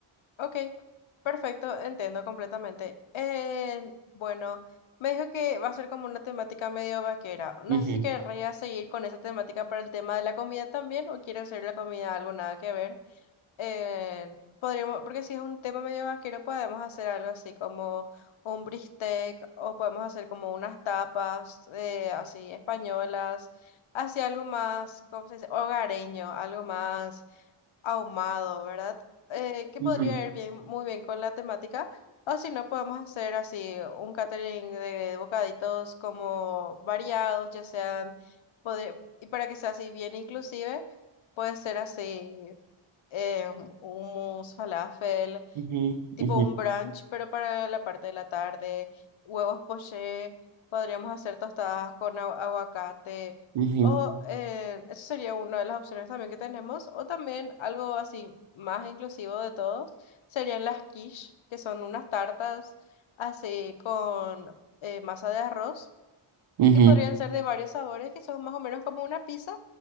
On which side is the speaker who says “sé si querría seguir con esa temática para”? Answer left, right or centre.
Left